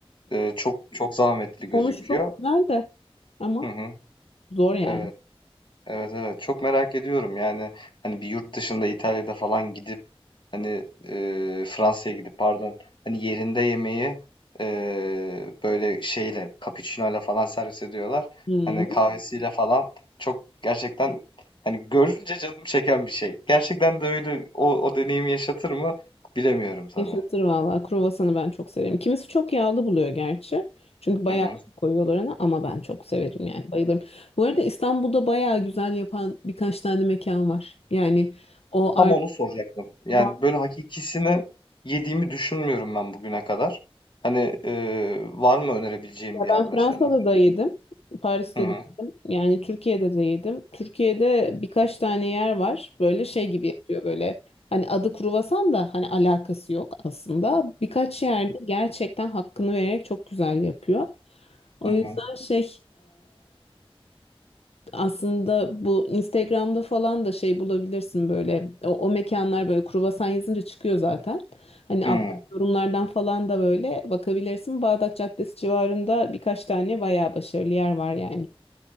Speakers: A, on the left (about 55°); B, on the left (about 80°).
A: Ee, çok çok zahmetli gözüküyor.
B: sonuç çok güzel de ama.
A: Hı hı,
B: Zor yani.
A: evet. Evet evet çok merak ediyorum yani hani bir yurt dışında İtalya'da falan gidip hani e, Fransa'ya gidip pardon hani yerinde yemeği e, böyle şeyle cappuccino'yla falan servis ediyorlar.
B: Hmm.
A: Hani kahvesiyle falan çok gerçekten hani görünce canım çeken bir şey. Gerçekten de öyle o, o deneyimi yaşatır mı bilemiyorum tabii.
B: Yaşatır valla. Kruvasanı ben çok severim. Kimisi çok yağlı buluyor gerçi. Çünkü bayağı
A: Hı hı.
B: yağ koyuyorlar ona ama ben çok severim yani bayılırım. Bu arada İstanbul'da bayağı güzel yapan birkaç tane mekan var. Yani o art
A: Tam onu soracaktım. Yani
B: var.
A: böyle hakikisini yediğimi düşünmüyorum ben bugüne kadar. Hani e, var mı önerebileceğim
B: Ya
A: bir yer
B: ben
A: mesela?
B: Fransa'da
A: dedim.
B: da yedim. Paris'te
A: Hı hı.
B: de yedim. Yani Türkiye'de de yedim. Türkiye'de birkaç tane yer var. Böyle şey gibi yapıyor böyle. Hani adı kruvasan da hani alakası yok aslında. Birkaç yerde gerçekten hakkını vererek çok güzel yapıyor. O
A: Hı
B: yüzden
A: hı.
B: şey aslında bu Instagram'da falan da şey bulabilirsin böyle o, o mekanlar böyle kruvasan yazınca çıkıyor zaten. Hani
A: Hı
B: alttaki
A: hı.
B: yorumlardan falan da böyle bakabilirsin. Bağdat Caddesi civarında birkaç tane bayağı başarılı yer var yani.